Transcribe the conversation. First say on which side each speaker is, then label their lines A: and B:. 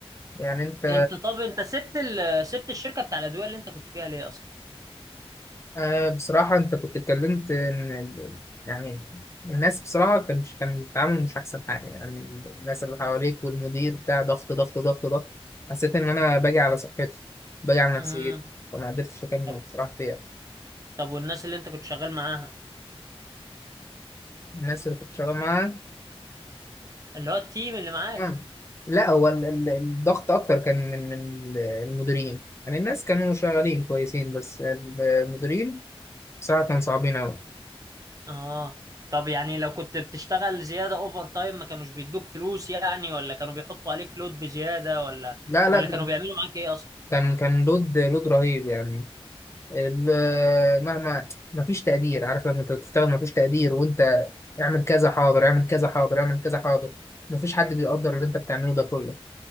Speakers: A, on the left; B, on the right.
A: يعني انت
B: انت طب انت سبت ال... سبت الشركة بتاع الأدوية اللي انت كنت فيها ليه اصلا
A: آه، بصراحة أنت كنت اتكلمت إن ال- يعني الناس بصراحة كان كان التعامل مش أحسن حاجة يعني الناس اللي حواليك والمدير بتاع ضغط ضغط ضغط ضغط حسيت إن أنا باجي على صحتي باجي على نفسيتي
B: امم
A: وما قدرتش أكمل
B: طب
A: بصراحة فيها
B: طب والناس اللي انت كنت شغال معاها
A: الناس اللي كنت شغال معاها
B: اللي هو التيم اللي معاك
A: مم. لا هو ال- ال- الضغط أكتر كان من من المديرين يعني الناس كانوا شغالين كويسين بس المديرين بصراحة كانوا صعبين أوي
B: اه طب يعني لو كنت بتشتغل زيادة اوفر تايم ما كانوش بيدوك فلوس يعني ولا كانوا بيحطوا عليك لود بزيادة ولا
A: لا لا
B: ولا
A: كان
B: كانوا بيعملوا معاك ايه اصلا
A: كان كان لود لود رهيب يعني ال- مهما ما فيش تقدير عارف لما انت بتشتغل ما فيش تقدير وانت اعمل كذا حاضر اعمل كذا حاضر اعمل كذا حاضر ما فيش حد بيقدر اللي انت بتعمله ده كله